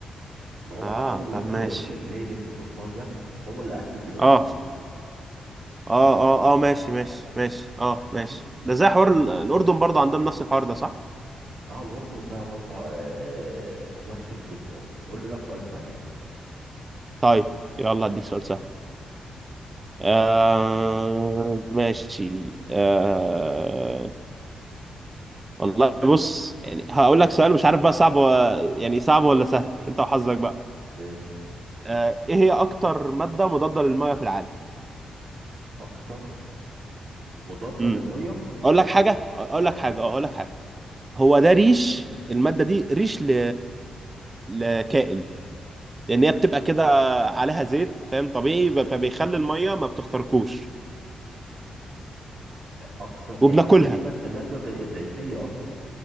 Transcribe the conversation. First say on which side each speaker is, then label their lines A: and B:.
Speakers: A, on the right; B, on the right.
A: ما هو
B: اه
A: ابوهم
B: طب
A: نفسه
B: ماشي
A: اللي هو الشيخ زايد بن سلطان ده هو اللي اسس الامارات
B: اه
A: اصلا
B: اه اه اه ماشي ماشي ماشي اه
A: ماشي
B: ماشي ده زي حوار
A: قول
B: ال-
A: لي.
B: الأردن برضه عندهم نفس الحوار ده صح؟
A: اه الاردن بقى برضه آه نفس القصه أهو. قول لي بقى سؤال سهل
B: طيب يلا هديك سؤال سهل آه ماشي آه والله بص يعني
A: م-
B: هقول لك سؤال مش عارف بقى صعب و... يعني صعب ولا سهل انت وحظك
A: م-
B: بقى
A: ماشي
B: آه ايه هي اكتر مادة مضادة للمية في العالم
A: اكتر مضاده
B: امم
A: للميه
B: اقول لك حاجة اقول
A: اه
B: لك حاجة اه اقول لك حاجة هو ده ريش المادة دي ريش ل... لكائن
A: آه.
B: لان هي بتبقى كده عليها زيت فاهم طبيعي ب- فبيخلي المية ما بتخترقوش
A: اكتر
B: وبناكلها
A: يعني طب ما دي ماده ماده زي زيتيه اصلا